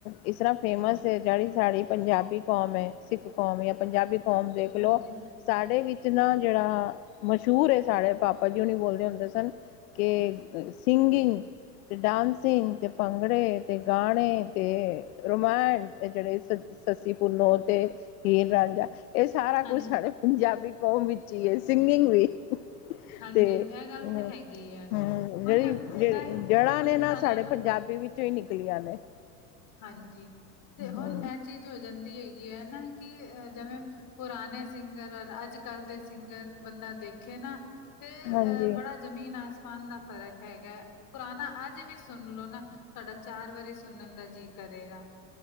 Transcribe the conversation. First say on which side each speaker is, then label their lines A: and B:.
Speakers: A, on the left; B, on the left.
A: ਇਸ ਤਰ੍ਹਾਂ ਫੇਮਸ ਹੈ, ਜਿਹੜੀ ਸਾਡੀ ਪੰਜਾਬੀ ਕੌਮ ਹੈ, ਸਿੱਖ ਕੌਮ ਜਾਂ ਪੰਜਾਬੀ ਕੌਮ ਦੇਖ ਲੋ,
B: ਹਾਂਜੀ
A: ਸਾਡੇ ਵਿੱਚ ਨਾ ਜਿਹੜਾ ਮਸ਼ਹੂਰ ਸਾਡੇ ਪਾਪਾ ਜਉ ਨਹੀਂ, ਬੋਲਦੇ ਹੁੰਦੇ ਸਨ, ਕਿ ਸਿੰਗਿੰਗ। ਅਤੇ ਡਾਂਸਿੰਗ, ਅਤੇ ਭੰਗੜੇ, ਅਤੇ ਗਾਣੇ, ਅਤੇ ਰੋਮੈਂਟ ਜਿਹੜੇ, ਸੱਸੀ -ਪੁੰਨੋ ਤੇ ਹੀਰ -ਰਾਂਝਾ ਇਹ ਸਾਰਾ ਕੁਛ,
B: ਹਾਂਜੀ
A: ਸਾਡੇ ਪੰਜਾਬੀ ਕੌਮ ਵਿੱਚ ਹੀ ਹੈ, ਸਿੰਗਿੰਗ ਵੀ।
B: ਹਾਂਜੀ
A: ਤੇ
B: ਇਹ ਗੱਲ
A: ਅ
B: ਤੇ ਹੈਗੀ ਹੈ ਹੁਣ
A: ਜਿਹੜੀ ਜ
B: ਏਦਾਂ ਹੀ
A: ਜੜ੍ਹਾਂ
B: ਹੁਣ
A: ਨੇ ਨਾ,
B: ਅਗਰ
A: ਸਾਡੇ ਪੰਜਾਬੀ ਵਿੱਚ ਚ ਕਈ ਨਿਕਲੀਆਂ ਨੇ
B: ਹਾਂਜੀ,
A: ਹਮ
B: ਤੇ ਹੁਣ ਇਹ ਚੀਜ਼ ਹੋ ਜਾਂਦੀ ਹੈਗੀ ਹੈ ਨਾ, ਕਿ ਜਿਵੇਂ ਪੁਰਾਣੇ ਸਿੰਗਰ, ਔਰ ਅੱਜ -ਕੱਲ੍ਹ ਦੇ ਸਿੰਗਰ, ਬੰਦਾ ਦੇਖੇ ਨਾ ਤੇ, ਅ
A: ਹਾਂਜੀ
B: ਬੜਾ ਜ਼ਮੀਨ, ਆਸਮਾਨ ਦਾ, ਫ਼ਰਕ ਹੈਗਾ। ਪੁਰਾਣਾ, ਅੱਜ ਵੀ ਸੁਣ ਲਓ ਨਾ, ਤੁਹਾਡਾ ਚਾਰ ਵਾਰੀ ਸੁਣਨ ਦਾ ਜੀਅ ਕਰੇਗਾ।